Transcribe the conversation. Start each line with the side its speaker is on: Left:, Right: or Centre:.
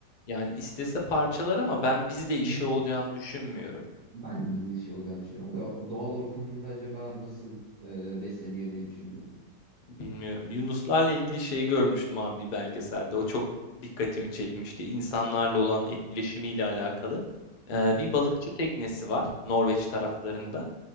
Left: Yani istese parçalar ama ben bizle işi
Right: Hı hı.
Left: olacağını düşünmüyorum.
Right: Ben de bir şey olacağını düşünüyorum da o doğal ortamında acaba nasıl e, besleniyor diye düşündüm.
Left: Bilmiyorum. Yunuslarla ilgili şeyi görmüştüm abi bir belgeselde. O çok dikkatimi çekmişti. İnsanlarla olan etkileşimiyle alakalı.
Right: Hı
Left: Ee,
Right: hı.
Left: bir balıkçı teknesi var Norveç taraflarında.